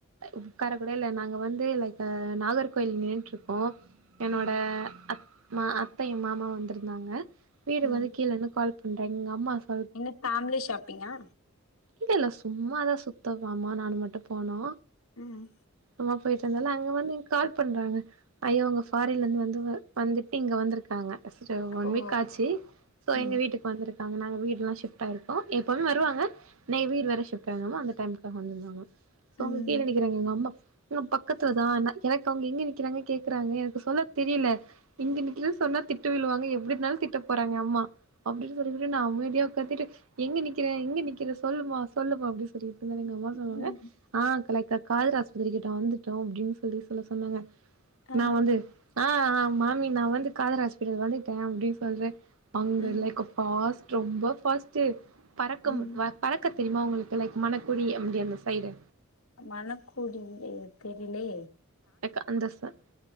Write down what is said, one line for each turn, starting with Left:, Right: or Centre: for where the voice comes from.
Right: உக்காரக்கூட இல்ல நாங்க வந்து லைக் நாகர்கோவில் நின்டுருக்கோ என்னோட
Left: ம்
Right: அத் மா அத்தையு மாமாவு வந்திருந்தாங்க வீடுக்கு
Left: ம்
Right: வந்து கீழ இருந்து கால் பண்றங் எங் அம்மாஸ்
Left: என்ன ஃபேமிலி ஷாப்பிங்கா
Right: இல்ல இல்ல சும்மாதா சுத்தப்போனோமா நா மட்டு போனோ
Left: ம்
Right: சும் போயிட்டு வந்தேல்ல அங்க வந்து எனக் கால் பண்றாங்க ஐயோ அவுங்க ஃபாரின்ல இருந்து வந்து வந்துட்டு இங்க வந்திருக்காங்க ட்டோ ஒன்
Left: ஓ
Right: வீக் ஆச்சு சோ எங்க
Left: ம்
Right: வீட்டுக்கு வந்திருக்காங்க நாங்க வீடுலா ஷிஃப்ட் ஆயிருக்கோ எங் எப்பவுமே வருவாங்க இன்னைக்கு வீடு வேற ஷிப்ட் ஆயி இருந்தமா அந்த டைமுக்காக வந்திருந்தாங்க சோ அவுங்க
Left: ம்
Right: கீழ நிக்கிறாங்க எங்க அம்மா இன்னு பக்கத்துலதா ஆனா எனக் அவுங்க எங்க நிக்கிறாங்க கேக்குறாங்க எனக்கு சொல்ல தெரில இங்க நிக்குறேன் சொன்னா திட்டு விழுவாங்க எப்டிப் நாலு திட்ட போறாங்க எயா அம்மா அப்டின்னு சொல்லிட்டு நா அமைதிய ஒக்காதிட்டு எங்க நிக்க நிக்கிற எங்க நிக்கிற சொல்லுமா சொல்லுமா அப்டி சொல்லிட்டு இருந்தா எங்க அம்மா சொல்லுவாங்க
Left: ம்
Right: ஆ கலைக்க கால்ரா ஆஸ்பத்திரி கிட்ட வந்துட்டோ அப்டின்னு சொல்லி சொல்ல சொன்னாங்க
Left: ஆ
Right: நா வந்து ஆ ஆ மாமி நா வந்து காலரா ஹாஸ்பிட்டல் வந்துட்டே அப்டின்னு சொல்றே அங்க
Left: ம்
Right: லைக்க பாஸ்ட் ரொம்ப பாஸ்ட்டு பறக்கம்
Left: ம்
Right: வ பறக்க தெரியுமா உங்களுக்கு லைக் மணக்குழி அப்டி அந்த சைடு
Left: மணக்குழி எங்கே தெரிலே
Right: லைக் அந்த ச